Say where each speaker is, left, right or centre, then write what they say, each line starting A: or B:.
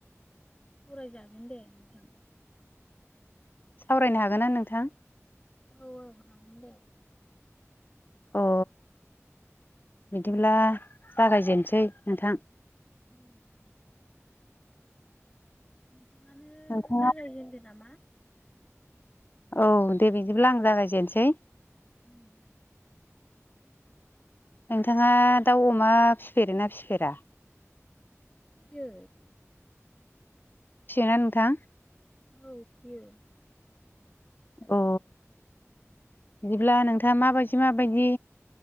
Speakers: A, on the left; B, on the left.
A: उरायजागोन दे नोंथां
B: सावरायनो हागोनना नोंथां
A: औ औ हागोन दे
B: अ बिदिब्ला जागायजेनसै नोंथां
A: उम नोंथाङानो
B: नोंथाङा
A: जागायजेनदो नामा
B: औ दे बिदिब्ला आं जागायजेनसै
A: ओम
B: नोंथाङा दाउ अमा फिसिफेरोना फिसिफेरा
A: फियो
B: फिसियो ना नोंथां
A: औ फियो
B: अ बिदिब्ला नोंथाङा माबायदि माबायदि